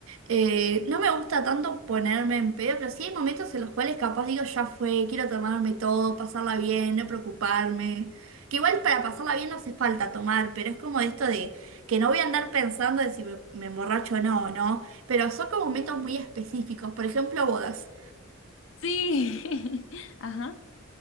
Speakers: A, on the right; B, on the left.
A: Eh, no me gusta tanto ponerme en pedo, pero sí hay momentos en los cuales capaz digo, ya fue, quiero tomarme todo, pasarla bien, no preocuparme. Que igual para pasarla bien no hace falta tomar, pero es como esto de que no voy a andar pensando de si me, me emborracho o no, ¿no? Pero son como momentos muy específicos, por ejemplo, bodas.
B: Sí, <laughs> ajá.